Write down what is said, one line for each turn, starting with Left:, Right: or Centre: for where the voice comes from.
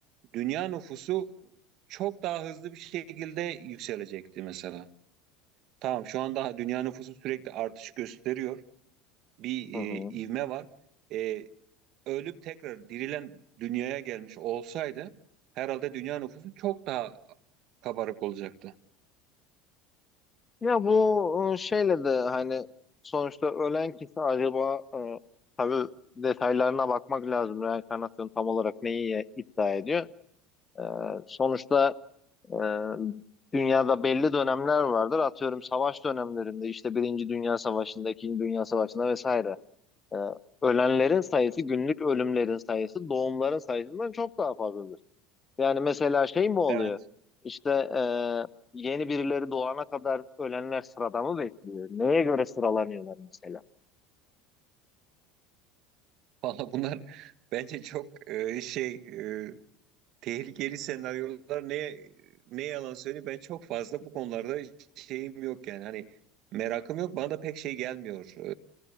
Right: dünya nüfusu çok daha hızlı bir şekilde yükselecekti mesela. Tamam şu an daha dünya nüfusu sürekli artış gösteriyor. Bir e,
Left: hı hı.
Right: ivme var. E, ölüp tekrar dirilen dünyaya gelmiş olsaydı herhalde dünya nüfusu çok daha kabarık olacaktı.
Left: Ya bu e, şeyle de hani sonuçta ölen kişi acaba e, tabii detaylarına bakmak lazım. Reenkarnasyon tam olarak neyi iddia ediyor? Ee, sonuçta Ee, dünyada belli dönemler vardır. Atıyorum savaş dönemlerinde işte Birinci Dünya Savaşı'nda, İkinci Dünya Savaşı'nda vesaire. Ee, ölenlerin sayısı, günlük ölümlerin sayısı, doğumların sayısından çok daha fazladır. Yani mesela şey mi oluyor?
Right: Evet.
Left: İşte e, yeni birileri doğana kadar ölenler sırada mı bekliyor? Neye göre sıralanıyorlar mesela?
Right: Valla bunlar <laughs> bence çok e, şey e, Tehlikeli senaryolar ne ne yalan söyleyeyim ben çok fazla bu konularda şeyim yok yani hani merakım yok bana da pek şey gelmiyor